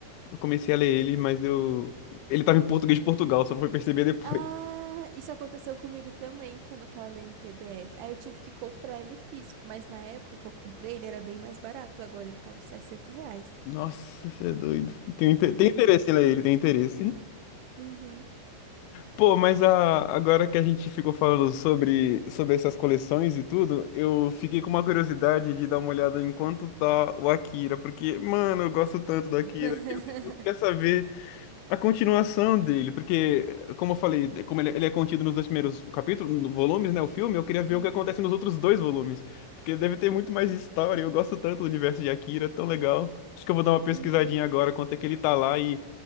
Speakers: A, on the left (about 85°); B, on the right (about 80°).
A: eu comecei a ler ele, mas eu. Ele tava em português de Portugal, só fui perceber depois.
B: Ah, isso aconteceu comigo também quando eu tava lendo em PDF. Aí eu tive que comprar ele físico, mas na época que eu comprei ele era bem mais barato. Agora ele tá uns sessenta reais.
A: Nossa, você é doido. Tem, inte- tem
B: Uhum,
A: interesse em ler ele, tem interesse.
B: uhum.
A: Pô, mas a- agora que a gente ficou falando sobre, sobre essas coleções e tudo, eu fiquei com uma curiosidade de dar uma olhada em quanto tá o Akira, porque, mano, eu gosto tanto do Akira,
B: <laughs>
A: que eu, eu queria saber a continuação dele, porque, como eu falei, como ele, ele é contido nos dois primeiros capítulos, no- volumes, né, o filme, eu queria ver
B: Uhum,
A: o que acontece nos outros dois volumes, porque deve ter muito mais história, eu gosto tanto do universo de Akira, é tão legal. Acho que eu vou dar uma pesquisadinha
B: uhum.
A: agora, quanto é que ele tá lá e,